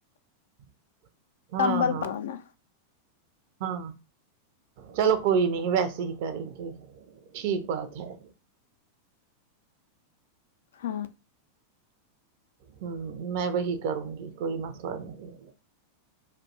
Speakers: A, on the right; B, on the left.
A: <unintelligible>
B: کمبل
A: ہاں
B: پانا
A: ہاں چلو کوئی نہیں ویسے ہی کریں گے ٹھیک بات ہے
B: ہاں
A: ہ میں وہی کروں گی کوئی مسلہ نہیں